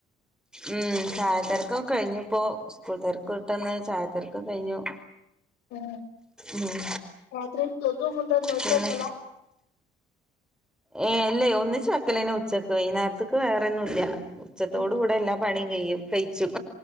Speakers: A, in the centre; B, on the left.
A: ഉം ചായ തെരക്കക്കെ കഴിഞ്ഞ്പ്പോ സ്കൂൾ തിരക്ക് വിട്ടന്ന് ചായ തെരക്കൊക്കെ കഴിഞ്ഞു.
B: ഏ
A: ഉം
B: രാത്രി ചോറും <unintelligible> ഒന്നായിട്ടു
A: പിന്നെ
B: വെക്കലാ
A: ഏ അല്ലേ ഒന്നിച്ച് വെക്കലന്നെ ഉച്ചക്ക് വൈന്നേര്ത്ത്ക്ക് വേറെ ഒന്നുല്ല ഉച്ചത്തോട്
B: ഉം
A: കൂടെ എല്ലാം പണിയും കയ്യും കഴിച്ചും